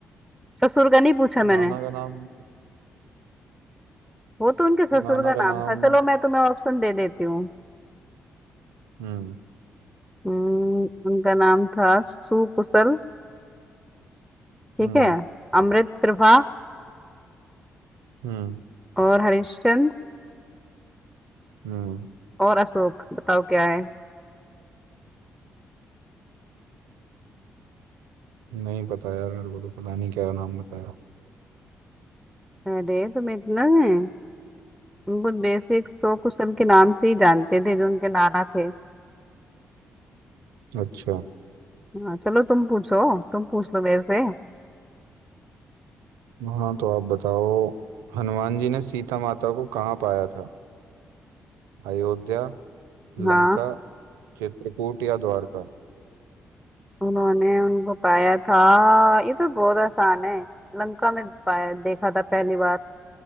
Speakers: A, in the centre; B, on the right.
A: ससुर का नहीं पूछा मैंने
B: नाना का नाम
A: वो तो उनके ससुर
B: नाना
A: का
B: का नाम
A: नाम था चलो मैं तुम्हें ऑप्शन दे देती हूँ
B: हम्म
A: हम्म, उनका नाम था सुकुशल ठीक
B: हम्म
A: है अमृत प्रभा
B: हम्म
A: और हरिश्चंद्र
B: हम्म
A: और अशोक बताओ क्या है
B: नहीं पता यार मेरे को तो पता नहीं क्या नाम बताया
A: अरे तुम्हें इतना है उनको बेसिक सो कुशल के नाम से ही जानते थे जो उनके नाना थे
B: अच्छा
A: हाँ चलो तुम पूछो तुम पूछ लो मेरे से
B: हाँ तो आप बताओ हनुमान जी ने सीता माता को कहाँ पाया था अयोध्या
A: हाँ
B: लंका चित्रकूट या द्वारका
A: उन्होंने उनको पाया था ये तो बहुत आसान है लंका में पाया देखा था पहली बार